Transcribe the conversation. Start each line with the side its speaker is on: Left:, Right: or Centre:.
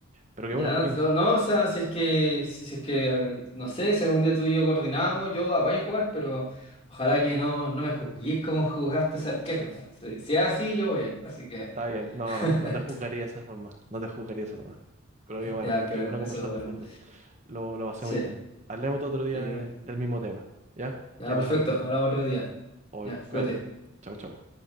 Right: Pero que
Left: Ya,
Right: bueno, Joaquín,
Left: no, no, o sea, si es que, si si es que, eh, no sé, si algún día tú y yo coordinamos, yo apaño a jugar, pero ojalá que no, no me juzguéis como juzgaste ese arquero. pa. Si, si es así, yo voy, eh, así que.
Right: está bien. No,
Left: <laughs>
Right: no, no te juzgaría de esa forma, no te juzgaría de esa forma. Pero que bueno,
Left: Ya, qué
Right: que
Left: bueno,
Right: bueno conversar
Left: eso es bueno.
Right: de fútbol. Lo, lo pasé
Left: Sí,
Right: muy bien. Hablemos otro día
Left: sí, qué
Right: de-
Left: bueno.
Right: del mismo tema, ¿ya?
Left: Ya,
Right: Quedamos
Left: perfecto,
Right: ahí.
Left: hablamos otro día.
Right: Obvio,
Left: Ya,
Right: cuídate.
Left: cuídate.
Right: Chao, chao.